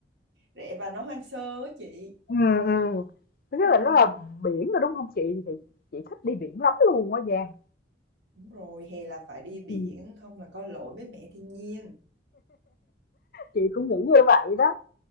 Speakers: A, on the right (about 80°); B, on the left (about 55°).
A: Rẻ và nó hoang sơ á chị
B: ừ ừ Thứ nhất
A: ừ,
B: là nó là biển rồi đúng không chị thì chị thích đi biển lắm luôn á Giang
A: Đúng rồi hè là phải đi biển
B: Ừ,
A: Không là có lỗi với mẹ thiên nhiên
B: chị cũng nghĩ như vậy đó